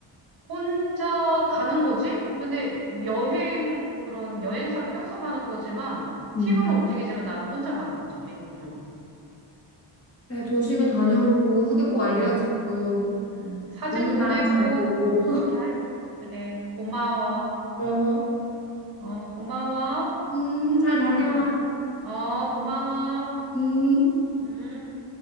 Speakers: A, on the right; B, on the left.
A: 혼자 가는 거지? 근데 여행, 그런 여행사 껴서 가는 거지만,
B: 응.
A: 팀으로 움직이지만 나는 혼자 가는 거지. 개인, 응.
B: 그래, 조심히 다녀오고 후기 꼭 알려주고
A: 응. 응. 사진
B: 미라
A: 보내고,
B: 잘 보고.
A: 그렇게 할, 그래. 고마워.
B: <laughs> 어,
A: 어, 고마워.
B: 음, 잘 다녀와.
A: 응. 어, 고마워.
B: 음.
A: 응.